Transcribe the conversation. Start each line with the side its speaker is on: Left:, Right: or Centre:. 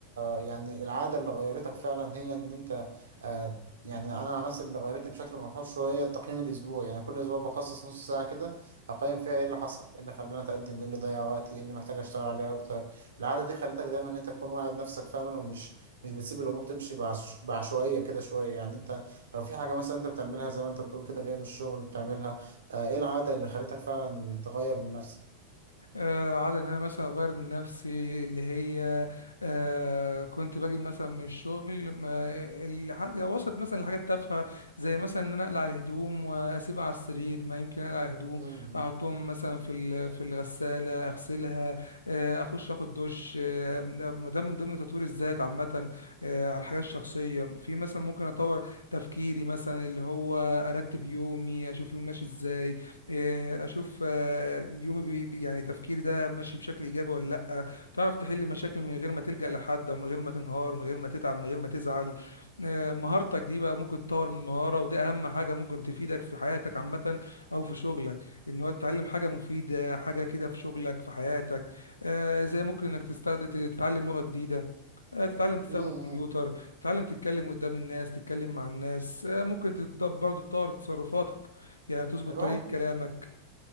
Right: يعني العاده اللي غيرتك فعلا هي ان انت آه، يعني انا عن نفسي اللي غيرتني بشكل ملحوظ شويه التقييم الاسبوعي يعني كل اسبوع بخصص نص ساعه كده اقيم فيها ايه اللي حصل ايه اللي خلاني اتقدم ايه اللي ضيع وقتي ايه اللي محتاج اشتغل عليه اكتر العاده دي خلتك دايما ان انت تكون واعي بنفسك فعلا ومش مش بتسيب الامور تمشي بعش- بعشوائيه كده شويه يعني انت لو في حاجه مثلا انت بتعملها زي ما انت بتقول كده جاي من الشغل بتعملها آه، ايه العاده اللي خلتك فعلا تغير من نفسك
Left: آه، عادة ان انا مثلا اغير من نفسي اللي هي آه كنت باجي مثلا من الشغل ما الح- لو وصلت مثلا لحاجات تافهه زي مثلا ان انا اقلع الهدوم واسيبها على السرير ما يمكن اقلع الهدوم
Right: مم.
Left: احطهم مثلا في ال- في الغساله اغسلها آه اخش اخد دش آه ده من ضمن تطوير الذات عامه آه على الحاجات الشخصيه في مثلا ممكن اطور تفكيري مثلا اللي هو ارتب يومي اشوف يومي ماشي ازاي إيه، اشوف آه، يومي بي بي- يعني تفكيري ده ماشي بشكل ايجابي ولا لا تعرف تحل مشاكل من غير ما تلجأ لحد او من غير ما تنهار من غير ما تتعب من غير ما تزعل آه، مهارتك دي بقى ممكن تطور من مهارة وده اهم حاجة ممكن تفيدك في حياتك عامة او في شغلك ان هو تتعلم حاجة مفيدة حاجة كده في شغلك في حياتك آه، زي ممكن انك تستخدم تتعلم لغة جديدة آه، تتعلم تستخدم
Right: مم.
Left: كمبيوتر تتعلم تتكلم قدام الناس تتكلم مع الناس آه، ممكن تت- برضه تطور تصرفاتك يعني بتظبط
Right: الواحد
Left: طريقة كلامك